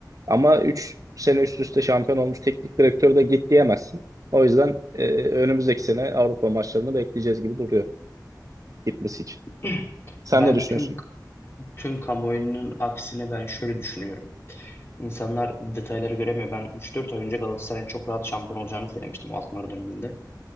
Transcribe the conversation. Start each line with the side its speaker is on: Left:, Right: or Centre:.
Right: Ama 3 sene üst üste şampiyon olmuş teknik direktör de git diyemezsin. O yüzden e, önümüzdeki sene Avrupa maçlarını bekleyeceğiz gibi duruyor gitmesi için.
Left: <clears throat>
Right: Sen
Left: Ben
Right: ne düşünüyorsun?
Left: tüm tüm kamuoyunun aksine ben şöyle düşünüyorum. İnsanlar detayları göremiyor. Ben üç dört ay önce Galatasaray'ın çok rahat şampiyon olacağını söylemiştim o altınları döneminde.